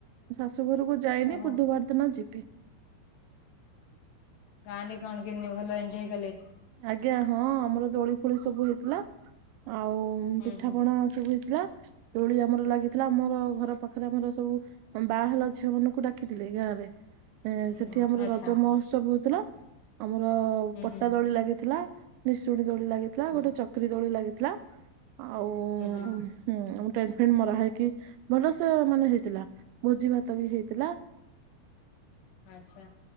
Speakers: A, on the right; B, on the left.
A: ଶାଶୁ ଘରକୁ ଯାଇନି
B: ଓହୋ
A: ବୁଧୁବାର ଦିନ ଯିବି।
B: ଗାଁରେ କଣ କେମିତି ଭଲ ଏଞ୍ଜୟ କଲେ?
A: ଆଜ୍ଞା ହଁ ଆମର ଦୋଳି ଫୋଳି ସବୁ ହେଇଥିଲା, ଆଉ ଉଁ
B: ହୁଁ
A: ପିଠାପଣା
B: ହୁଁ
A: ସବୁ ହେଇଥିଲା, ଦୋଳି ଆମର ଲାଗିଥିଲା ଆମର ଘର ପାଖରେ ଆମର ସବୁ ଆମ୍ ବାହା ହେଲା ଝିଅ ମାନଙ୍କୁ ଡାକିଥିଲେ ଗାଁରେ। ଏଁ
B: ହୁଁ
A: ସେଠି ଆମର
B: ଆଚ୍ଛା
A: ରଜ ମହୋତ୍ସବ ହଉଥିଲା, ଆମର
B: ହୁଁ
A: ପଟା
B: ହୁଁ
A: ଦୋଳି ଲାଗିଥିଲା। ନିଶୁଣୀ ଦୋଳି ଲାଗିଥିଲା
B: ହୁଁ
A: ଗୋଟେ ଚକ୍ରି ଦୋଳି ଲାଗିଥିଲା, ଆଉ
B: ହୁଁ ହୁଁ।
A: ହୁଁ ଆମ ଟେଣ୍ଟ୍ ଫେଣ୍ଟ୍ ମରା ହେଇକି ଭଲସେ ମାନେ ହେଇଥିଲା। ଭୋଜି ଭାତ ବି ହେଇଥିଲା।
B: ଆଚ୍ଛା,